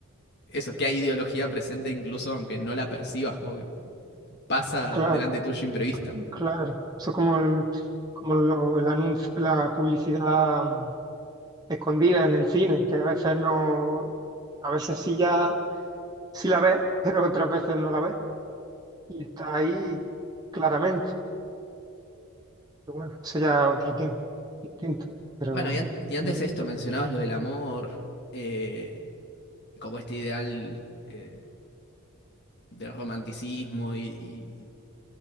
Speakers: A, on the left; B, on the right.
A: eso, que hay ideología presente incluso aunque no la percibas, como que pasa
B: claro,
A: delante tuyo imprevista.
B: cl- claro. Eso es como el, como lo- el anuncio, la publicidad. escondida en el cine, que a veces no, a veces sí ya, sí la ves, <laughs> pero otras veces no la ves. Y está ahí claramente. Pero bueno, eso ya es otro tema, distinto. Pero
A: Bueno, y, an- y antes
B: el-
A: esto, mencionabas lo del amor, eh, como este ideal eh, del romanticismo y,